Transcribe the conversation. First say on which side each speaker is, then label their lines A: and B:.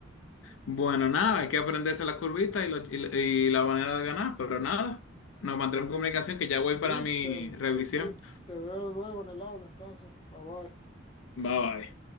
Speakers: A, on the left (about 80°); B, on the left (about 25°).
A: Bueno, nada, hay que aprenderse la curvita y, lo- y, lo- y la manera de ganar, pero nada, nos mantendremos en comunicación que ya voy para
B: Sí,
A: mi
B: te,
A: revisión.
B: sí, te veo luego en el aula entonces. Bye bye.
A: Bye bye.